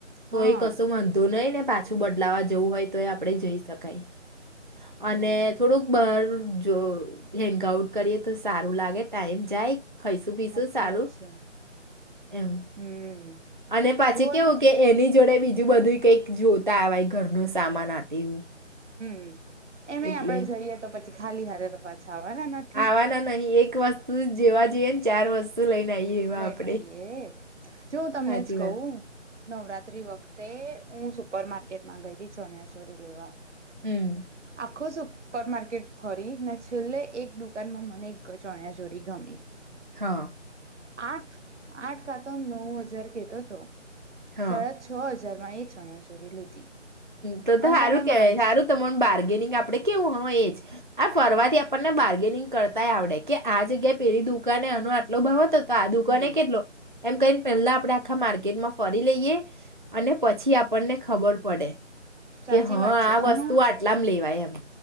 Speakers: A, on the right; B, on the right.
A: તો
B: હા
A: એ કશું વાંધુ નહી ને. પાછું બદલાવા જવું હોય તો એ આપડે જઈ શકાય. અને
B: ના
A: થોડુંક બર. જો હેન્ંગ આઉટ કરીએ તો સારું લાગે. ટમ જાય. ખાઈશું પીશું
B: હચી
A: સારું
B: વા છેી
A: એમ
B: હમ.
A: અને પછી
B: જોઓ
A: કેવું
B: ને
A: કે એની. જોડે બીજું બધું કંઈક જોતાવાય ઘર ન સામાન આ. તેવું.
B: હ. એમ આપડે
A: એટલે
B: જોઈએ તો પછી. ખાલી હા ક પાછ. ખાવાના નથીથી.
A: આવાના નહીં એક વસ્તુ જેવા જઈએ ને ચાર વસ્તુ. લઈને આવીએ એવા
B: લઈ
A: આપડે
B: નાઈ એ જો હું તમને
A: સાચી
B: જ કહું.
A: વાત
B: નવરાત્રી વખતે હું સુપર માર્કેટમાં ગઈ ચણ્યા ચોરી લેવા.
A: હમ.
B: આખો સુપર માર્કેટ ફરી ને છેલ્લે એક દુકાનમાં મને એક ચણ્યા ચોરી ગમી
A: હા.
B: આઠ આઠ કાતો નવ હજાર કેતોતો
A: હા
B: સાડા છ જ. <unintelligible> એ છણ્યા ચોરી લીધી
A: તો તો
B: અને
A: સારું
B: તમે
A: કેવાય
B: માનસ
A: સારું તમારે બાર્ગેનિંગ આપડે કેવું હોય એ જ આ ફરવાથી આપણને બાર્ગેનિંગ કરતાય આવડે કે આ જગ્યાએ પેલી દુકાને આનો આટલો ભાવ હતો તો આ દુકને
B: હા
A: કેટલો એમ કઈ પેલા આપણે આખા માર્કેટમાં ફરી લઈએ અને પછી આપણને ખબર પડે
B: સાચી
A: કે હા,
B: વાત
A: આ
B: છે
A: વસ્તુ
B: અને
A: આટલામ લેવાય એમ